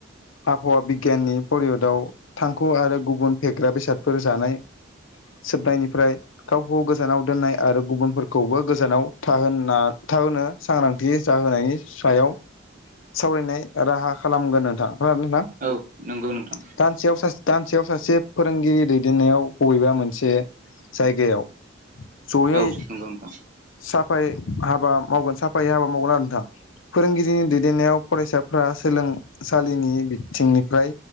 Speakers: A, on the left; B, on the right.
A: आबहावा बिगियाननि परियदआव थांखु आरो गुबुन फेग्रा बेसादफोर जानाय सोबनायनिफ्राय गावखौ गोजानाव दोननाय आरो गुबुनफोरखौबो गोजानाव थाहोना थाहोनो सांग्रांथि जाहोनायनि सायाव सावरायनाय राहा खालामगोन नोंथां <unintelligible>
B: औ नंगौ नोंथां
A: दानसेयाव सा दानसेयाव सासे फोरोंगिरि दै दैदेननायाव बबेबा मोनसे जायगायाव जयै
B: औ नंगौ नोंथां
A: साफायै हाबा मावगोन साफायै हाबा मावगोन आरो नोंथां फोरोंगिरिनि दैदेननायाव फरायसाफोरा सोलोंसालिनि बिथिंनिफ्राय